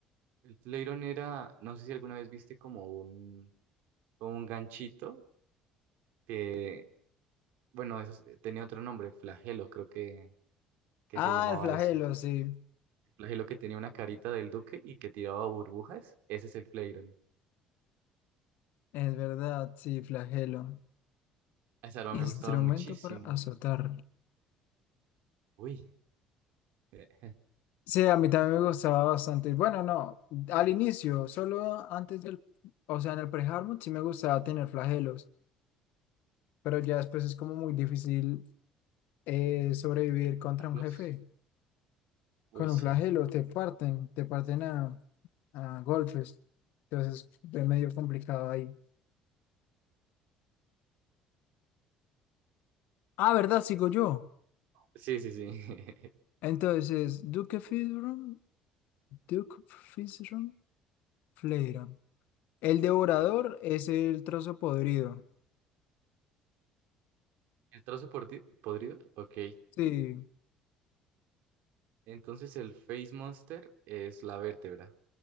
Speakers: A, on the right; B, on the left.
A: El Fleiron era, no sé si alguna vez viste como un, como un ganchito que, bueno, eso es- tenía otro nombre, flagelo, creo que, que
B: Ah,
A: se llamaba
B: el flagelo,
A: eso
B: sí.
A: El flagelo que tenía una carita del duque y que tiraba burbujas, ese es el Flareon.
B: Es verdad, sí, flagelo.
A: Esa arma me
B: Instrumento
A: gustaba muchísimo.
B: para azotar.
A: Uy, <laughs>
B: Sí, a mí también me gustaba bastante. Bueno, no, al inicio, solo antes del, o sea, en el pre-hardmode sí me gustaba tener flagelos, pero ya después es como muy difícil eh, sobrevivir contra
A: Carlos.
B: un jefe.
A: Uy,
B: Con
A: sí.
B: un flagelo te parten, te parten a, a golpes. Entonces es medio complicado ahí. Ah, ¿verdad? Sigo yo.
A: Sí, sí, sí.
B: Entonces, Duke Fizron, Duke Fizron, Fleiron. El
A: <laughs>
B: devorador
A: Tirón.
B: es el trozo podrido.
A: ¿El trozo pordi- podrido? Ok.
B: Sí,
A: Entonces el Face Monster es la vértebra.